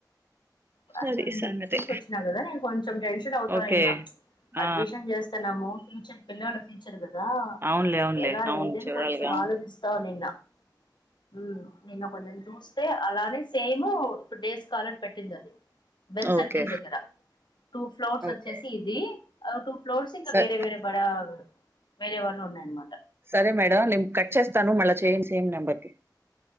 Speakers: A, on the left (about 85°); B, on the right (about 30°).
A: బానే
B: అది
A: ఉంది
B: సంగతి
A: చూసి వచ్చిన కదా నేను కొంచెం టెన్షన్ అవుతా
B: ఓకే
A: నిన్న
B: ఆ
A: అడ్మిషన్ చేస్తన్నాము ఫ్యూచర్ పిల్లోడి ఫ్యూచర్ కదా లా
B: అవునులే అవునులే
A: ఎలా
B: అవును
A: ఏంటి అని
B: చూడాలిగా
A: కొంచెం ఆలోచిస్తా నిన్నా ఊ నిన్న కొందరిని చూస్ అదే అలానే సేమూ ఇప్పుడు డేస్ కాలర్ పెట్టింది అది బెన్ సర్కిల్
B: ఓకే
A: దగ్గరా టూ ఫ్లోర్స్
B: ఓకే
A: వచ్చేసి ఇది ఆ టు ఫ్లోర్స్ ఇక
B: స
A: వెరే వెరే బడా వేరే వాళ్ళు ఉన్నాయన్నమాట
B: సరే మేడం నేను కట్ చేస్తాను మళ్ళా చేయండి సేమ్ నెంబర్కి